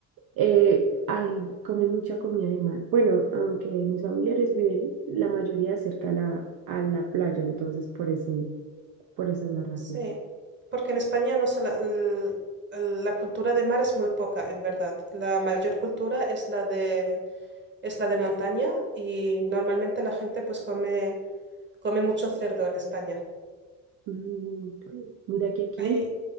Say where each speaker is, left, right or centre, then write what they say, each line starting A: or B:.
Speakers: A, on the right; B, on the right.
A: eh, hay, comen mucha comida de mar. Bueno, aunque mis familiares viven la mayoría cerca a la, a la playa, entonces por eso, por eso es la razón.
B: Sí, porque en España no sola- el- el- la cultura de mar es muy poca, en verdad. La mayor cultura es la de, es la de montaña y normalmente la gente pues come, come mucho cerdo en España.
A: Mm, Mira que aquí,
B: Hay,